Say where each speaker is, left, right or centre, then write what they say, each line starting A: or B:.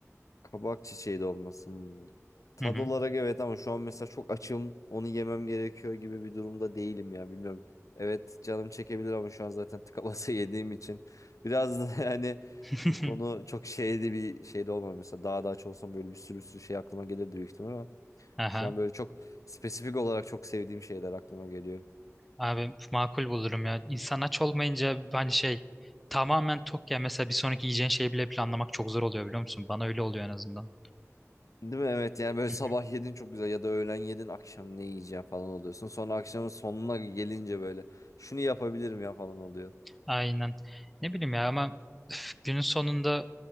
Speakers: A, on the left (about 85°); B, in the centre.
A: Kabak çiçeği de olmasın. Tad
B: Hı hı.
A: olarak evet ama şu an mesela çok açım. Onu yemem gerekiyor gibi bir durumda değilim ya bilmiyorum. Evet canım çekebilir ama şu an zaten <laughs> tıka basa yediğim için. Biraz da <laughs> yani
B: <laughs>
A: bu konu çok şeyde bir şeyde olmam. Mesela daha da aç olsam böyle bir sürü sürü şey aklıma gelirdi büyük ihtimal ama.
B: Aha.
A: Şu an böyle çok spesifik olarak çok sevdiğim şeyler aklıma geliyor.
B: Abi makul bulurum ya. İnsan aç olmayınca hani şey tamamen tok ya mesela bir sonraki yiyeceğin şeyi bile planlamak çok zor oluyor biliyor musun? Bana öyle oluyor en azından.
A: Değil mi? Evet yani böyle
B: Hı
A: sabah
B: hı.
A: yedin çok güzel ya da öğlen yedin akşam ne yiyeceğim falan oluyorsun. Sonra akşamın sonuna gelince böyle şunu yapabilirim ya falan oluyor.
B: Aynen. Ne bileyim ya ama üf, günün sonunda